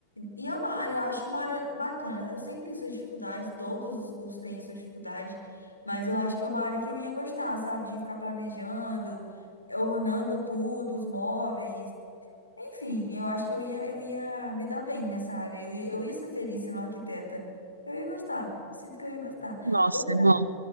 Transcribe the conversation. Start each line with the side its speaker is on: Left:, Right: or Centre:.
Left: E é uma área, eu acho que uma área bacana. Eu sei que tem suas dificuldades, todos os cursos têm suas dificuldades, mas eu acho que é uma área que eu ia gostar, sabe? De ficar planejando, ornando tudo, os móveis. Enfim, eu acho que eu ia, eu ia me dar bem nessa área. Eu ia, eu ia ser feliz sendo arquiteta. Eu ia gostar. Sinto que eu ia gostar.
Right: Nossa,
Left: Outra,
Right: é bom.